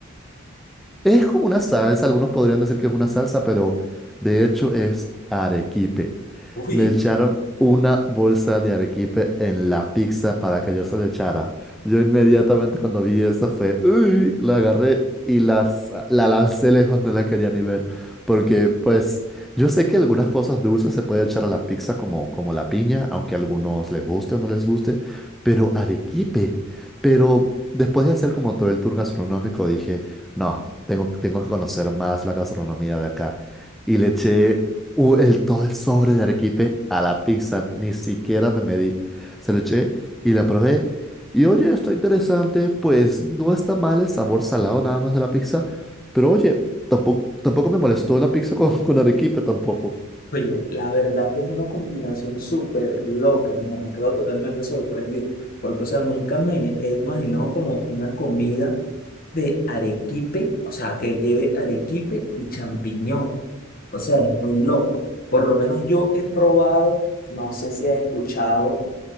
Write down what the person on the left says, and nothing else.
Uy.
Oye, la verdad que es una combinación súper loca, hermano. Quedo totalmente sorprendido. Porque, o sea, nunca me he imaginado como una comida de arequipe, o sea, que lleve arequipe y champiñón. O sea, es muy loco. Por lo menos yo he probado, no sé si has escuchado,